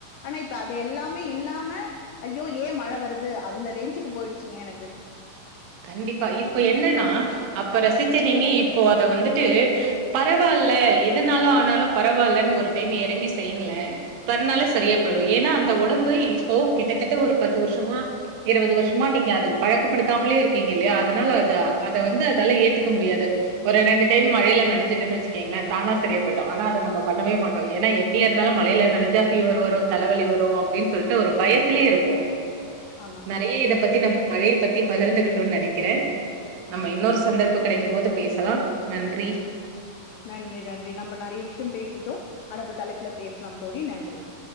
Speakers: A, on the left; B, on the right.
A: ஆனா இப்ப அது எல்லாமே இல்லாம ஐயோ ஏன் மழ வருது அந்த ரேஞ்சுக்கு போயிடுச்சுங்க எனக்கு
B: கண்டிப்பா இப்ப என்னன்னா அப்ப ரசிச்ச நீங்க இப்போ அத வந்துட்டு பரவாயில்ல எதனாலும் ஆனாலும் பரவாயில்லன்னு ஒரு டைம் இறங்கி செய்யங்களேன் பண்ணனாலும் சரியா போயிடும் ஏன்னா அந்த உடம்பு இப்போ கிட்டத்தட்ட ஒரு பத்து வருஷமா இருபது வருஷமா நீங்க அதுக்கு பழக்கப்படுத்தாமலே இருக்கு இருக்கீங்க இல்லையா அதனால அது அத வந்து அதால்லா ஏத்துக் முடியாது ஒரு ரெண்டு டைம் மழைல நனஞ்சிடனு வச்சக்கங்கலேன் தானா சரிய போய்டும் அத நம்ம பண்ணவே மாட்டம் எப்டிய இருந்தாலும் மழையில் நனஞ்சா ஃபீவர் வரும் தலவலி வரும் அப்டின்னு சொல்ட்டு ஒரு பயத்திலயே இருப்போம்
A: ஆமா
B: நெறைய இத
A: உண்ம
B: பத்தி நம்ம மழய பத்தி பகிர்ந்துகுட் டுன்னக்கு இருக்கிறேன் நம்ம இன்னொரு சந்தர்ப கெடக்கிம் போது பேசலாம் நன்றி
A: நன்றி நன்றி நம்ம நெறைய விஷயம் பேசிட்டோம் அது தலைப்பு பேசலாம் தோழி நன்றி